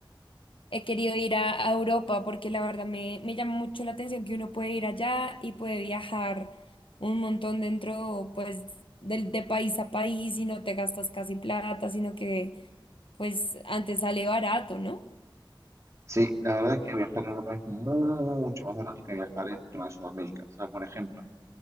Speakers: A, on the left (about 80°); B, on the right (about 35°).
A: he querido ir a, a Europa porque la verdad me, me llama mucho la atención que uno puede ir allá y puede viajar un montón dentro, pues, del de país a país y no te gastas casi plata, sino que, pues, antes sale barato, ¿no?
B: sí, la verdad es que viajar a Europa es mucho más barato que viajar dentro de Sudamérica. O sea, por ejemplo,